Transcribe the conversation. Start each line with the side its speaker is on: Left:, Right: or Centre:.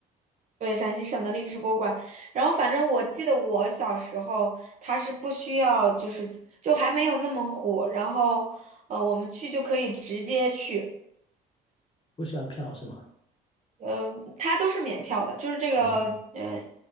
Right: 对，陕西省的历史博物馆。然后，反正我记得我小时候，它是不需要，就是就还没有那么火。然后，呃，我们去就可以直接去，
Left: <laughs> 不需要票是吗？
Right: 呃，它都是免票的，就是这个，
Left: 啊，
Right: 嗯